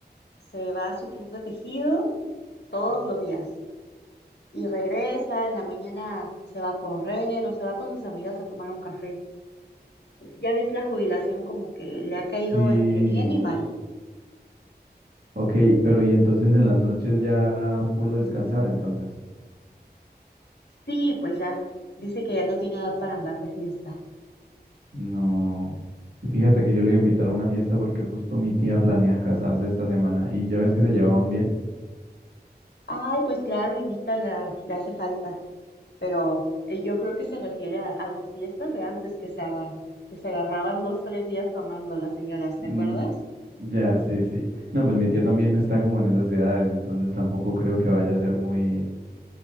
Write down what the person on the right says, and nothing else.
Sí,
ok, pero y entonces en las noches ya puro descansar, entonces.
No. Y fíjate que yo le iba a invitar a una fiesta porque justo mi tía planea casarse esta semana y ya ves que se llevaban bien.
Mm,
ya, sí, sí. No, pues mi tía también está como en esas edades, entonces tampoco creo que vaya a ser muy,